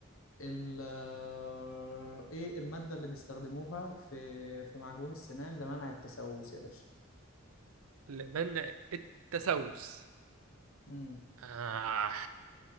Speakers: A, on the left; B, on the right.
A: ال آه، ايه المادة اللي بيستخدموها في في معجون السنان لمنع التسوس يا باشا
B: لمن التسوس
A: امم
B: آه.